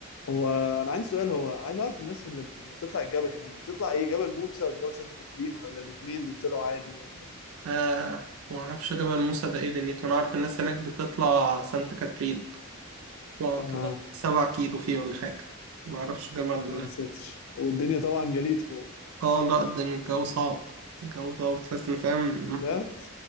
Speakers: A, on the left; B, on the right.
A: هو انا عندي سؤال هو عايز اعرف الناس اللي بت- بتطلع الجبل هناك بتطلع ايه جبل موسى ولا جبل سانت كاترين ولا الاتنين بيطلعوا عادي ولا ايه
B: آه معرفش جبل موسى ده ايه دنيته أنا عارف الناس هناك بتطلع سانت كاترين تطلع
A: اه
B: كده سبع كيلو فيه ولا حاجة معرفش جبل
A: يا ساتر والدنيا طبعا جليد فوق
B: اه لا ده الجو صعب الجو صعب تحس إنه فاهم
A: طلعت